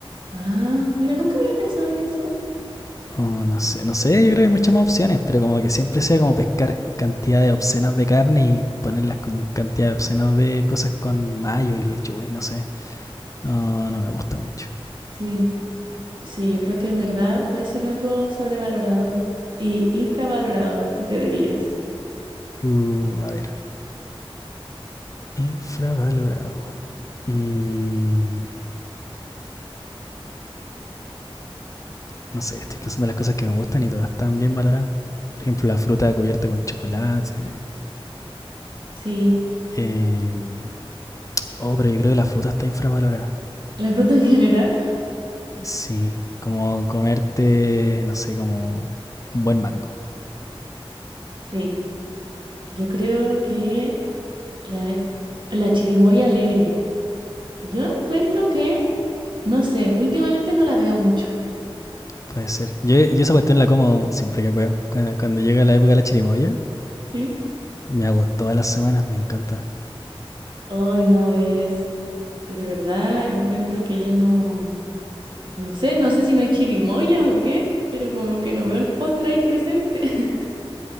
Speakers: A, on the right (about 55°); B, on the left (about 35°).
A: Ah, mira, nunca había pensado en eso.
B: Oh, no sé, no sé, yo creo que hay muchas más opciones, pero como que siempre sea como pescar cantidades obscenas de carne y ponerlas con cantidades obscenas de cosas con mayo y lechuga y no sé. No, no me gusta mucho.
A: Sí, sí, yo creo que en verdad puede ser algo sobrevalorado y infravalorado, ¿tú qué dirías?
B: Uh, a ver, infravalorado. Mm, no sé, estoy pensando en las cosas que me gustan y todas están bien valoradas. Por ejemplo, la fruta cubierta con chocolate.
A: Sí,
B: Em, oh, pero yo creo que la fruta está infravalorada.
A: la fruta en general.
B: Sí, como comerte, no sé, como un buen mango.
A: Sí, yo creo que la, la chirimoya alegre. Yo encuentro que, no sé, últimamente no la veo mucho.
B: Puede ser. Yo, yo esa cuestión la como siempre que puedo. Cuando, cuando llega la época de la chirimoya,
A: ¿Sí?
B: me hago todas las semanas, me encanta.
A: Hoy no es. De verdad encuentro que ya no, no sé, no sé si no hay chirimoyas o qué, pero como que no veo el postre ahí presente. <laughs>